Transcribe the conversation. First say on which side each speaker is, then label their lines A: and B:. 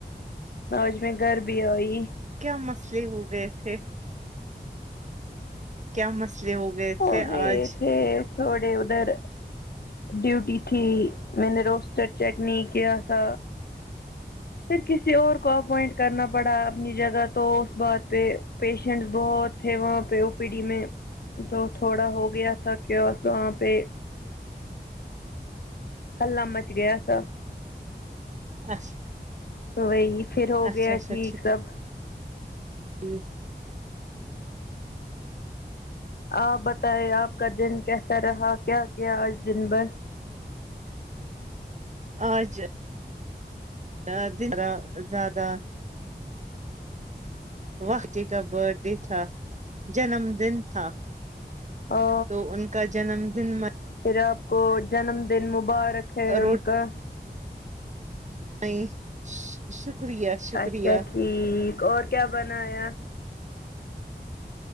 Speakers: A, on the left; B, on the right.
A: آج میں گھر بھی آئی
B: کیا مسئلے ہو گئے تھے کیا مسئلے ہو گئے
A: ہو
B: تھے
A: گئے
B: آج
A: تھے تھوڑے ادھر ڈیوٹی تھی میں نے رجسٹر چیک نہیں کیا تھا پھر کسی اور کو اپوائنٹ کرنا پڑا اپنی جگہ تو اس بات پہ پیشنٹس بہت تھے وہاں پہ او پی ڈی میں تو تھوڑا ہو گیا تھا کیا وہاں پہ حلہ مچ گیا تھا
B: اچھا
A: وہی پھر ہو
B: اچھا
A: گیا
B: اچھا
A: ٹھیک سب
B: <unintelligible>
A: آپ بتائے آپ کا دن کیسا رہا کیا کیا آج دن بھر
B: آج <unintelligible> ا جرا زیادہ وق جی کا برتھ ڈے تھا جنم دن تھا
A: او
B: تو ان کا جنم دن م
A: پھر آپ کو جنم دن مبارک
B: کی
A: ہے ان کا
B: نہیں شکریہ شکریہ
A: اچھا ٹھیک اور کیا بنایا